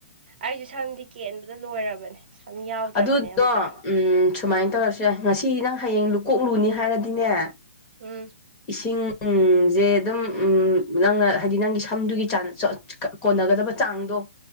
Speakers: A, on the right; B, on the left.
A: ꯑꯩꯖꯨ ꯁꯝꯗꯤ ꯀꯦꯟꯕꯗ ꯂꯣꯏꯔꯕꯅꯦ꯫ ꯁꯝ ꯌꯥꯎꯗ꯭ꯔꯕꯅꯦ
B: ꯑꯗꯨꯗꯣ
A: ꯑꯝꯇ
B: ꯎꯝ ꯁꯨꯃꯥꯏ ꯇꯧꯔꯁꯨ ꯌꯥꯢ ꯉꯁꯤ ꯅꯪ ꯍꯌꯦꯡ ꯀꯣꯛ ꯂꯨꯅꯤ ꯍꯥꯏꯔꯗꯤꯅꯦ
A: ꯎꯝ
B: ꯏꯁꯤꯡꯖꯦ ꯑꯗꯨꯝ ꯎꯝ ꯅꯪꯅ ꯍꯥꯏꯗꯤ ꯅꯪꯒꯤ ꯁꯝꯗꯨꯒꯤ ꯆꯥꯡ ꯆꯣꯠ ꯀꯣꯟꯅꯒꯗꯕ ꯆꯥꯡꯗꯣ